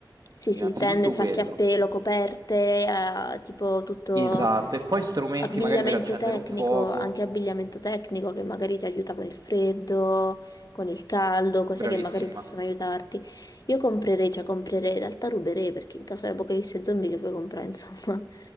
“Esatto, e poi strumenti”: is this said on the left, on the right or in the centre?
Right